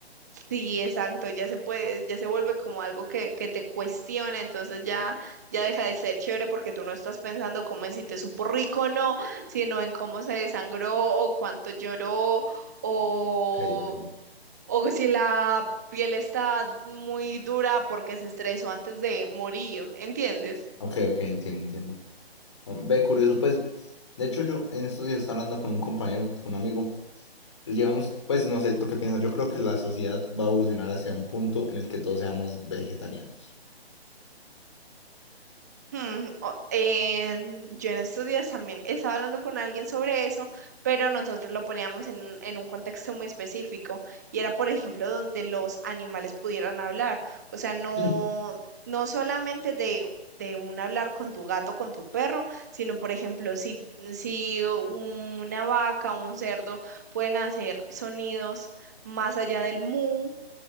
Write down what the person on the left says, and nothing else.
Ok, ok.
Ok, ok, entiendo, entiendo. Ve, curioso, pues, de hecho yo en estos días estaba hablando con un compañero, pues, con un amigo, y llegamos, pues, no sé, ¿tú qué piensas? Yo creo que la sociedad va a evolucionar hacia un punto en el que todos seamos vegetarianos.
Mm,